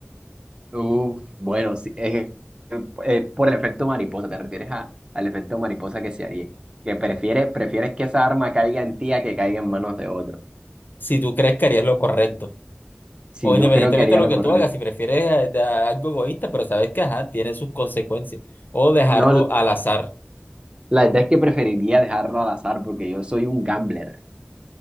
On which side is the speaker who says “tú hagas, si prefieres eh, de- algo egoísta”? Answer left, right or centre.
Left